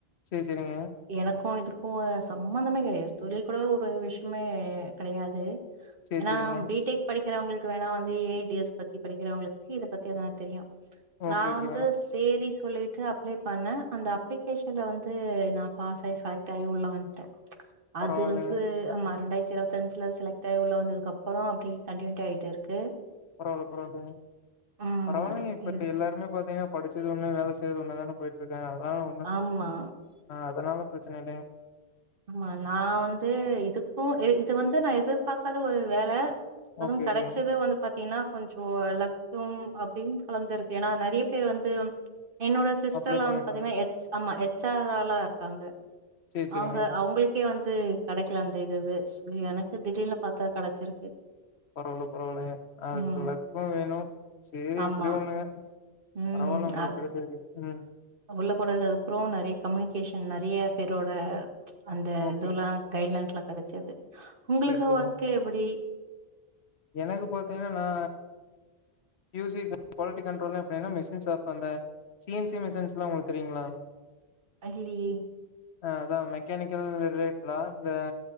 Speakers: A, on the left; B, on the right.
A: செரி செரிங்க
B: எனக்குன் இதுக்கு சம்மந்தமே கெடையாது தொழில் கூட ஒரு விஷ்யமே கெடையாது
A: சரி
B: ஏனா
A: சரிங்க.
B: பி டெக் படிக்கிறவங்களுக்கு வேணா வந்து ஏ ஐ டி எஸ் பத்தி படிக்கிறவங்களுக்கு இத பத்தி எதனா தெரியு
A: ஓகே
B: நா
A: ஓகேங்க.
B: வந்து சேரி சொல்லிட்டு அப்ளை பண்ண அந்த அப்ளிகேஷன்ல வந்து நா பாஸ் ஆயி செலக்ட் ஆயி உள்ள வண்ட்ட அது
A: பரவால்லங்க.
B: வந்து ஆமா இரண்டாயிரத்தி இருவத்தஞ்சி ல செலக்ட் ஆய் உள்ள வந்ததுக்கு அப்புறோ அப்டி கண்டியூட்டி ஆயிட்டு இருக்கு
A: பரவாயில்ல பரவில்லங்க
B: ம்
A: பரவாயில்லைங்க இப்ப
B: இது
A: எல்லாருமே பாத்தீங்கனா படிச்சது ஒன்னு வேல செய்றது ஒன்னுல தானே போயிட்டு இருக்காங்க அதனால ஒன்னு
B: ஆமா
A: அதனால ப்ரச்சனை இல்லைங்க
B: ஆமா நா வந்து இதுக்குன் இது வந்து நா எதிர்பாக்காத ஒரு வேல அதுவு
A: ஓகே
B: கெடைச்சது
A: ஓகேங்க.
B: வந்து பாத்தீங்கனா கொஞ்சோ லக்கும் அப்டின் கலந்துருக்கு ஏனா நறிய பேர் வந்து என்னோட சிஸ்டர்ல
A: அப்ளை பண்ணிருக்கங்க.
B: வந்து பாத்தீங்கனா எச் ஆமா எச் ஆர் ஆலா இருக்காங்க
A: சரி சரிங்க.
B: அவ்ங்க அவுங்ளுக்கே வந்து கெடைக்கல அந்த இதுவு சொ எனக்கு திடீர்னு பாத்தா கெடைச்சிருக்கு
A: பரவாயில்ல பரவாயில்ங்க அதுக்கு
B: ம்.
A: லக்கும் வேணுன் செரி
B: ஆமா.
A: எப்டியோ ஒண்ணுங்க
B: ம்.
A: பரவாயில்ல உங்களுக்கு
B: அ
A: கெடச்சிருக்கு ம்
B: உள்ள போனது அதுக் அப்புறோ நறிய கம்யூனிகேஷன் நறிய பேரோட அந்த
A: ஓகே.
B: இதுல்லா கைட்லைன்ஸ்லா கெடைச்சிருக்கு உங்குளுக்கு
A: சேரி சேரிங்க
B: ஒர்க்கு எப்டி
A: எனக்கு பாத்தீங்கனா நா யூசி குவாலிட்டி கண்ட்ரோல்ல எப்டின்னா மெஷின்ஸ் ஆப் அந்த சிஎன்சி மிஷின்ஸ்லா உங்களுக்கு தெரியுங்களா
B: அ இல்லியே
A: அ அதா மெக்கானிக்கல் ரிலேட்டடா இந்த